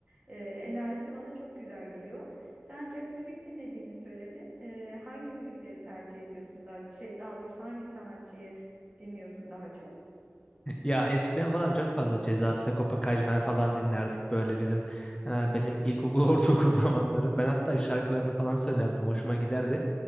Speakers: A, on the right; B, on the left.
A: E, enerjisi bana çok güzel geliyor. Sen rap müzik dinlediğini söyledin. E, hangi müzikleri tercih ediyorsun daha şey daha doğrusu hangi sanatçıyı dinliyorsun daha çok?
B: Ya eskiden falan çok fazla Ceza, Sagopa Kajmer falan dinlerdik böyle bizim e, benim ilkokul <laughs> ortaokul zamanları. Ben hatta şarkılarını falan söylerdim hoşuma giderdi.